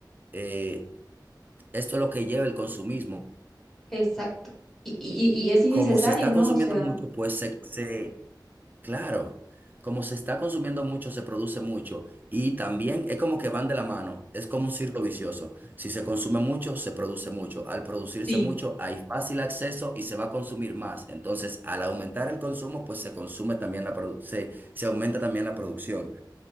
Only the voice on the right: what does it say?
eh, esto es lo que lleva el consumismo.
Como se está
consumiendo
mucho, pues se, se- claro, como se está consumiendo mucho, se produce mucho. Y también es como que van de la mano, es como un círculo vicioso. Si se consume mucho, se produce mucho. Al producirse
mucho, hay fácil acceso y se va a consumir más. Entonces, al aumentar el consumo, pues se consume también la produ- se, se aumenta también la producción.